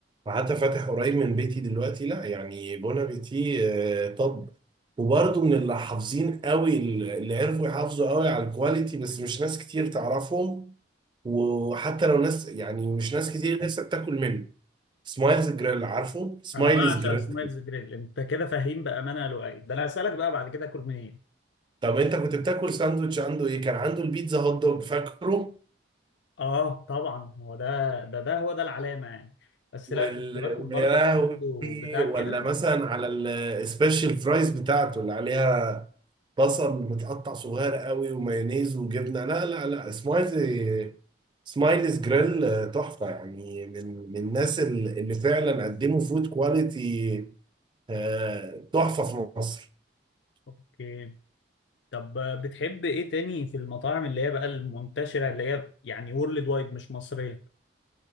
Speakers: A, on the right; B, on the left.
A: وحتى فاتح قريب من بيتي دلوقتي لا يعني بون ابيتي آه، طب وبرضه من اللي حافظين قوي اللي عرفوا يحافظوا قوي على الكواليتي بس مش ناس كتير تعرفهم وحتى لو ناس يعني مش ناس كتير لسه بتاكل منه سمايلز جريل عارفه سمايلز
B: انا بعشق
A: جريل
B: سمايلز جريل انت كده فاهم بامانه يا لؤي ده انا هسالك بقى بعد كده اكل منين
A: طب انت كنت بتاكل ساندوتش عنده ايه كان عنده البيتزا هوت دوج فاكره
B: اه طبعا هو ده ده ده هو ده العلامه يعني بس
A: وال...
B: لا كنت باكل
A: ويا
B: برضه
A: لهوي
B: من عنده بتاع
A: ولا
B: كده
A: مثلا على السبيشال فرايز بتاعته اللي عليها بصل متقطع صغير قوي ومايونيز وجبنه لا لا لا سمايلي سمايليز جريل آه، تحفه يعني من من الناس ال- اللي فعلا قدموا فود كواليتي آه، تحفه في مصر
B: اوكي طب بتحب ايه تاني في المطاعم اللي هي بقى المنتشرة اللي هي يعني وورلد وايد مش مصرية